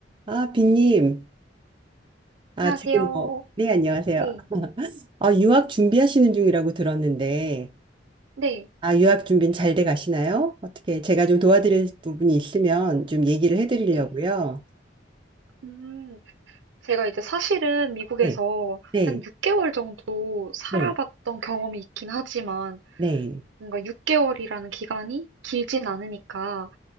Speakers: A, on the right; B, on the right.
A: 아, 빈님. 아,
B: 안녕하세요.
A: 지금 뭐, 네, 안녕하세요.
B: 네,
A: 아, 유학 준비하시는 중이라고 들었는데,
B: 네,
A: 아,
B: 네,
A: 유학 준비는 잘 돼 가시나요? 어떻게, 제가 좀 도와드릴 부분이 있으면 좀 얘기를 해드리려고요.
B: 네. 음, 제가 이제 사실은 미국에서
A: 네, 네,
B: 한 6개월 정도 살아봤던
A: 네,
B: 경험이 있긴 하지만
A: 네,
B: 뭔가 6개월이라는 기간이 길진 않으니까